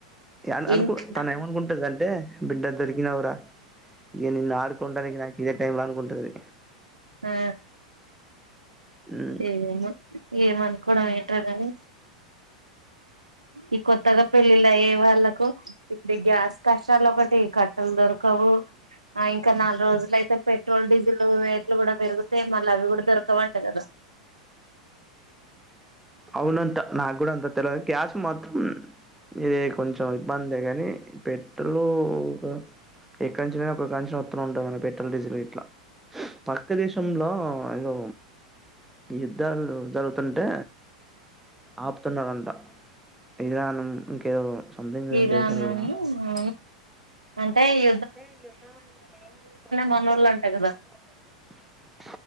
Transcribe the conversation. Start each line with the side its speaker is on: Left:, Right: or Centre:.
Centre: అ
Right: ఇంట్లా
Centre: అనుకు తన ఏమనుకుంటది అంటే బిడ్డ దొరికినావురా ఇక నిన్ ఆడుకుంట నాకు ఇదే టైమ్ అన్కుంటది.
Right: ఆ
Centre: హ్మ్
Right: ఏమో ఏమనుకోవడం ఎంటో గాని ఈ కొత్తగా పెళ్లిల్లు అయ్యే వాళ్ళకు ఇప్పుడు గ్యాస్ కష్టాలు ఒకటి కట్టలు దొరకవు. ఆ ఇంకా నాలుగు రోజులుయితే పెట్రోల్ డీజిల్ రేట్లు కూడా పెరిగితే మళ్ళీ అవి కూడా దొరకవంట కదా
Centre: అవునంట నా కూడా అంత తెలద్ గ్యాస్ మాత్రం ఇదే కొంచెం ఇబ్బందే కానీ పెట్టులు ఒక ఎక్కనుంచినా ఒక్కొక్క అంచనా వొత్తు ఉంటది. మన పెట్రోల్ డీజిల్ ఇట్లా పక్క దేశంలో ఏదో యుద్ధాలు జరుగుతుంటే ఆపుతున్నారంట ఇరాన్ ఇంకేదో సంథింగ్
Right: ఇరాన్
Centre: దేశాలల్లో
Right: అవును అంటే ఇ
Centre: అంటే యుద్ధం విషయమిన కవర్
Right: మనోళ్ళు
Centre: తెచ్చిన <unintelligible>
Right: కదా
Centre: అంట కదా